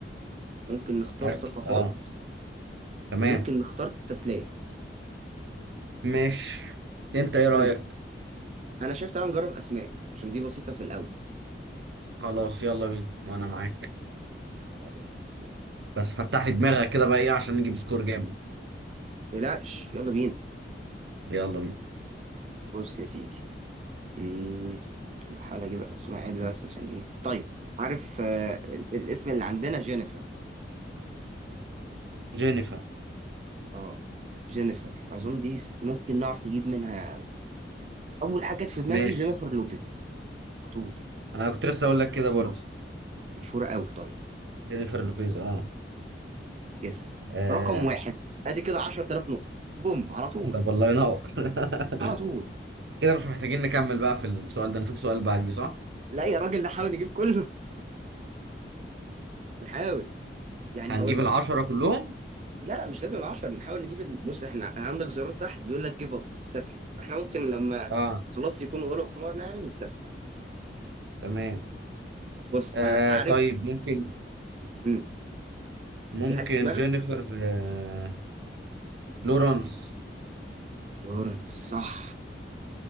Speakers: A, on the right (about 40°); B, on the right (about 85°).
A: ممكن نختار
B: اكل
A: ثقافات
B: اه تمام
A: وممكن نختار تسليه
B: ماشي انت
A: اختار
B: ايه رأيك
A: انت انا شايف تعالى نجرب اسماء عشان دي بسيطه في الاول
B: خلاص يلا بينا وانا معاك
A: يلا بينا اسماء
B: بس فتح لي دماغك كده بقى ايه عشان نجيب سكور جامد
A: تقلقش يلا بينا
B: يلا بينا
A: بص يا سيدي أمم، بحاول اجيب اسماء عدله بس عشان ايه طيب عارف آه، ال- الاسم اللي عندنا جينيفر
B: جينيفر
A: اه جينيفر اظن دي س- ممكن نعرف نجيب منها اول حاجه جت في دماغي
B: ماشي
A: جينيفر لوبيز على طول
B: انا كنت لسه اقول لك كده
A: مشهوره
B: برضه
A: مشهوره قوي طيب
B: جينيفر لوبيز اه,
A: يس
B: آه.
A: رقم واحد ادي كده 10000 نقطه بوم على طول
B: طب والله ينور <laughs>
A: على طول
B: كده مش محتاجين نكمل بقى في السؤال ده نشوف سؤال بعديه صح
A: لا يا راجل نحاول نجيب كله <laughs> نحاول يعني
B: هنجيب
A: هقول لك
B: العشرة كلهم
A: لا لا مش لازم العشر نحاول نجيب ال- بص احنا أنا عندك زرار تحت بيقول لك جيف اب استسلم فاحنا ممكن لما
B: اه
A: خلاص يكون غلب حمارنا يعني نستسلم
B: تمام
A: بص
B: آه
A: انا عارف
B: طيب ممكن
A: مم.
B: ممكن
A: في حد في دماغك
B: جينيفر آه لورانس
A: لورنس صح